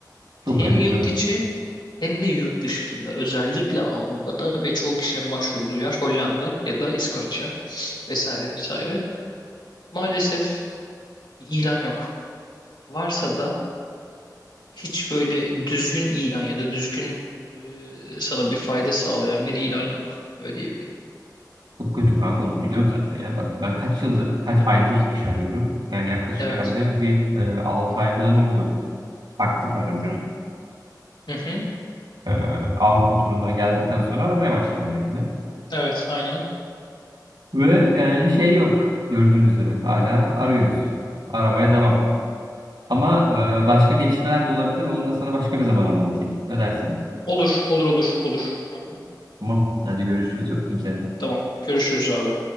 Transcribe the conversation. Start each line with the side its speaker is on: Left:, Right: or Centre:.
Right: Çok
Left: hem
Right: kötü
Left: yurt
Right: canım.
Left: içi hem de yurt dışında. Özellikle Avrupa'da ve çoğu kişinin başvurduğu yer Hollanda ya da İskoçya vesaire vesaire. Maalesef ilan yok. Varsa da hiç böyle düzgün ilan ya da düzgün e, sana bir fayda sağlayan bir ilan yok. Öyle diyebilirim.
Right: Çok kötü kanka onu biliyorum zaten ya. Bak ben kaç yıldır, kaç aydır iş arıyorum. Yani yaklaşık
Left: Evet.
Right: herhalde bir e, 6 ay falan oldu aktif aradım.
Left: Hı hı.
Right: E, Avrupa turundan geldikten sonra aramaya başladım yani.
Left: Evet, aynen.
Right: Ve yani şey yok gördüğünüz üzere hala arıyoruz. Aramaya devam. Ama e, başka gelişmeler de olabilir. Onu da sana başka bir zaman anlatayım. Ne dersin?
Left: Olur, olur, olur, olur. Hı hı.
Right: Tamam. Hadi görüşürüz. Öptüm seni.
Left: Tamam. Görüşürüz abi.